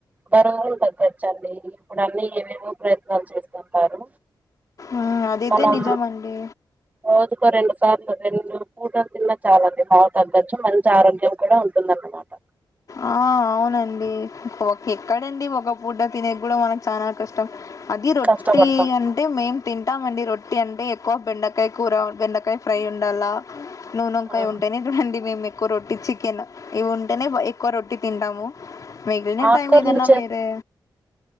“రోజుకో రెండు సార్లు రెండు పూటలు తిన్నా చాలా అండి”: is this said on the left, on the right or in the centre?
Right